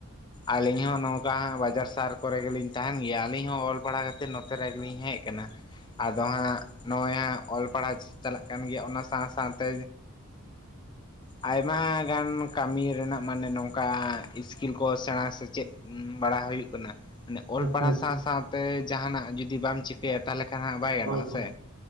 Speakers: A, on the left (about 20°); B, on the right (about 60°).
A: ᱟᱞᱤᱧ ᱦᱚᱸ ᱱᱚᱝᱠᱟ ᱦᱟᱸᱜ ᱵᱟᱡᱟᱨ ᱥᱟᱦᱟᱨ ᱠᱚᱨᱮ ᱜᱮᱞᱤᱧ ᱛᱟᱦᱮᱱ ᱜᱮᱭᱟ ᱟᱞᱤᱧ ᱦᱚᱸ ᱚᱞ ᱯᱟᱲᱦᱟ ᱠᱷᱟᱹᱛᱤᱨ ᱱᱚᱛᱮ ᱨᱮ ᱞᱤᱧ ᱦᱮᱡ ᱟᱠᱟᱱᱟ ᱟᱫᱚ ᱦᱟᱸᱜ ᱱᱚᱜᱼᱚᱭ ᱟᱸᱜ ᱚᱞ ᱯᱟᱲᱦᱟᱣ ᱪᱟᱞᱟᱜ ᱠᱟᱱ ᱜᱮᱭᱟ ᱚᱱᱟ ᱥᱟᱶ ᱥᱟᱶ ᱛᱮ ᱟᱭᱢᱟ ᱜᱟᱱᱼᱼ ᱠᱟᱹᱢᱤ ᱨᱮᱱᱟᱜ ᱢᱟᱱᱮ ᱱᱚᱝᱠᱟ ᱥᱠᱤᱞ ᱠᱚ ᱥᱮᱬᱟ ᱥᱮᱪᱮᱫ ᱵᱟᱲᱟ ᱦᱩᱭᱩᱜ ᱠᱟᱱᱟ ᱢᱟᱱᱮ ᱚᱞ
B: ᱟᱪᱪᱷᱟ
A: ᱯᱟᱲᱦᱟᱣ
B: ᱟᱪᱪᱷᱟ
A: ᱥᱟᱶ ᱥᱟᱶ ᱛᱮ ᱡᱟᱦᱟᱱᱟᱜ ᱡᱩᱫᱤ ᱵᱟᱢ ᱪᱮᱫ <unintelligible> ᱛᱟᱦᱚᱞᱮ ᱠᱷᱟᱱ ᱦᱟᱸᱜ ᱵᱟᱭ
B: ᱦᱳᱭ
A: ᱜᱟᱱᱚᱜᱼᱟ
B: ᱦᱳᱭ
A: ᱥᱮ